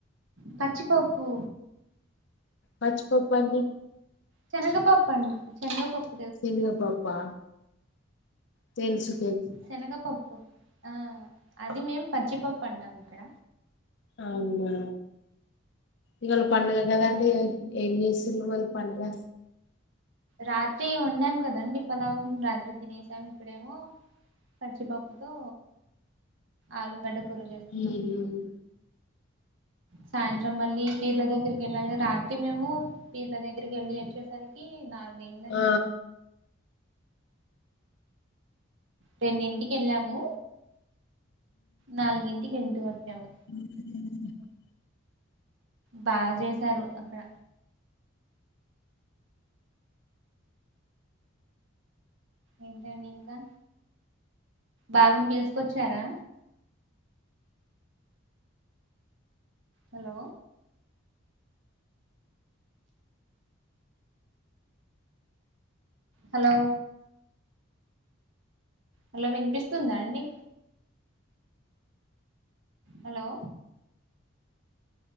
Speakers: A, on the right (about 70°); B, on the left (about 60°).
A: పచ్చిపప్పు.
B: మర్చిపోప్పండి.
A: చెనగపాప్పు చెనగపాప్పు.
B: శనగా పప్పు తేలుసు.
A: శనగపప్పు ఆ అది మేము పచ్చిపప్పు అంటాం ఇక్కడ,
B: అవునా ఇవాళ పండుగ
A: ఉమ్
B: కదండి ఏం చేసి, చిన్న మళ పనుగా,
A: రాత్రి వండాం కదండి పలావ్ రాత్రి తినేసాం ఇప్పుడేమో, కచ్చిపప్పుతో ఆలుగడ్డ కూరవ చేస్తున్నాం.
B: ఉమ్
A: సాయంత్రం మళ్ళీ పీర్ల దగ్గరికి వెళ్ళాలి రాత్రి మేము పీర్ల దగ్గరికి వెళ్ళి వచ్చేసరికి, ఈ నాలుగఅయ్యిందిఅండి.
B: ఆ
A: రెండింటికి వెళ్ళాము నాలుగింటికి ఇంటికి వచ్చాము.
B: హ
A: బా చేసారు అక్కడ ఏంటండి ఇంకా బాబుని పిలుస్కొచ్చారా హలో హలో హలో వినిపిస్తుందా అండి హలో